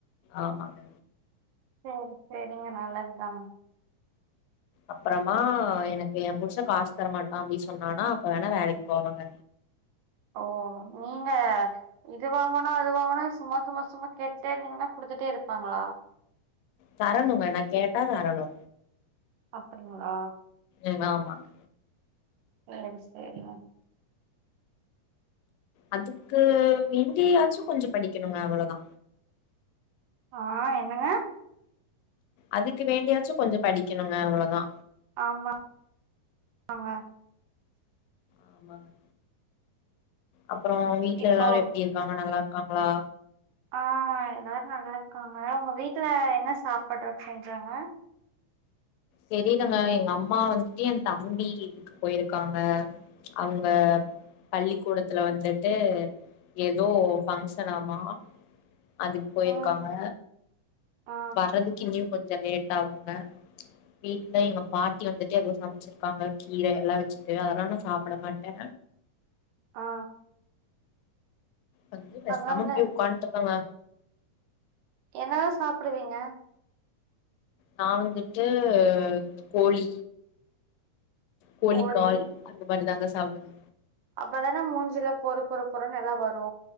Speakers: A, on the left; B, on the right.
A: ஆமாங்க
B: செரி செரிங்க நல்லத்தாங்
A: அப்றமா எனக்கு என் புருஷன் காஸ் தரமாட்டா அப்டி சொன்னானா அப்ப வேணா வேலைக்கு போவங்க
B: ஓ நீங்க இது வாங்கணு அது வாங்கணு சும்மா சும்மா சும்மா கேட்டே இருந்தீகன்னா குடுத்துட்டே இருப்பாங்களா
A: தரணுங்க நா கேட்டா தரணு
B: அப்படிங்ளா
A: எநாமாங்க
B: ஏரி செரிங்க
A: அன்த்துக்கு வேண்டியாச்சு கொஞ்சு படிக்கணுங்க அவ்வளதா
B: ஆ என்னங்க
A: அதுக்கு வேண்டியாச்சு கொஞ்சோ படிக்கணுங்க அவ்ளதா
B: ஆமா ஆங்க
A: ஆமாங்க அப்றோ வீட்ல
B: இப்போ
A: எல்லாரு எப்டி இருக்காங்க நல்லார்க்காங்ளா
B: ஆ எல்லாரு நல்லார்க்காங்க உங்க வீட்ல என்ன சாப்புட்ற ஃப்ரெண்ஸாங்க
A: தெரிலங்க எங்க அம்மா வந்த்ட்டின் என் தம்பி எதுக்கு போய்ருக்காங்க அங்கப் பள்ளிக்கூடத்துல வந்துட்டு ஏதோ ஃங்க்ஷனாமா அதுக் போய்ருக்காங்க
B: ம் ஆ
A: வர்றதுக்கு இங்யு கொஞ்ச லேட் ஆகுங்க வீட்ல எங்க பாட்டி வந்துட்டு எதோ சம்ச்சிர்க்காங்க கீர எல்லா வெச்சுட்டு அதனால சாப்ட மாட்டே
B: ஆ
A: வந்து பேசாம
B: அங்கங்க
A: இப்ட்யே உக்காந்துட்ருக்கங்க
B: என்னதா சாப்டுவீங்க
A: நா வந்துட்டு கோழி கோழிக்கால்
B: போளி
A: அந்த மாதி தாங்க சாப்டுது
B: அப்பதானே மூஞ்சில பொறு பொறு பொறன் எல்லா வரு